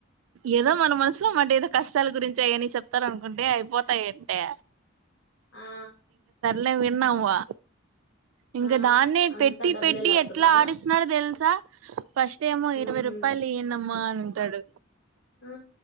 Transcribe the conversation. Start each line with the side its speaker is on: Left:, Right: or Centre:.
Right: ఏదో మన మనసులో మట ఏదో కష్టాల గురించి ఆయన్ని చెప్తార అనుకుంటే అయిపోతాయిట్టే
Left: ఆ
Right: లే విన్నా అవ్వా ఇంక
Left: ఆ
Right: దాన్నే
Left: అంతా
Right: పెట్టి
Left: డబ్బులే
Right: పెట్టి
Left: లాక్కున్నారా
Right: ఎట్లా ఆడిస్తున్నాడో తెలుసా స <unintelligible> ఫస్ట్ యేమో
Left: ఉమ్
Right: ఇరావై రూపాయలు యియండమ్మ అన్ అంటాడు
Left: హు